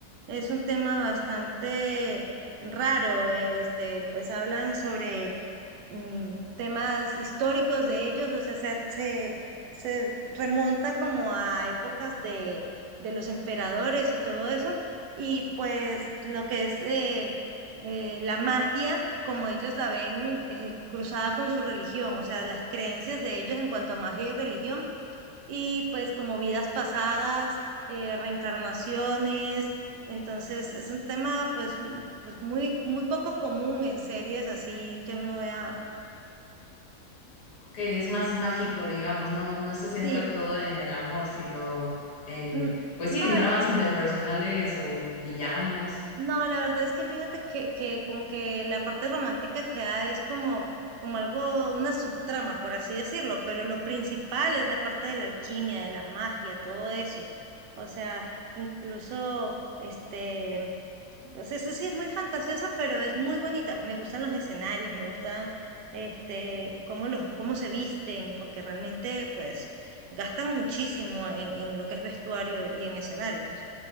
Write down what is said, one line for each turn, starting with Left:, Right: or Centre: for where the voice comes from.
Right: es un tema bastante raro. Este, pues hablan sobre mm, temas históricos de ellos, o sea, se, se, se remonta como a épocas de, de los emperadores y todo eso, y pues lo que es eh, eh, la magia, como ellos la ven eh, cruzada con su religión, o sea, las creencias de ellos en cuanto a magia y religión, y pues como vidas pasadas, eh, reencarnaciones. Entonces, es un tema pues, m- pues muy, muy poco común en series así que uno vea
Left: Ok, es más mágico, digamos, no, no se centra
Right: Sí,
Left: todo en el amor, sino en,
Right: n-
Left: pues
Right: no,
Left: sí, en dramas
Right: eh,
Left: interpersonales o villanos.
Right: no, la verdad es que fíjate que, que como que la parte romántica queda es como, como algo, una subtrama, por así decirlo, pero lo principal es la parte de la alquimia, de la magia, todo eso. O sea, incluso, este, o sea, eso sí es muy fantasiosa, pero es muy bonita. Me gustan los escenarios, me gustan, este, cómo los, cómo se visten, porque realmente, pues, gastan muchísimo en, en lo que es vestuario y en escenarios.